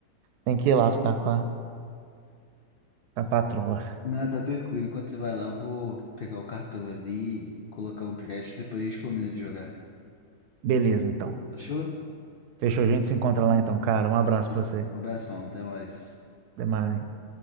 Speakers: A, on the right; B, on the left.
A: tenho que ir lá ficar com a, com a patroa.
B: Não, tá tranquilo. Enquanto você vai lá, eu vou pegar o cartão ali, colocar um crédito, depois a gente combina de jogar.
A: Beleza, então.
B: Fechou?
A: Fechou, a gente se encontra lá então, cara. Um abraço
B: Beleza.
A: pra você.
B: Um abração, até mais.
A: Até mais.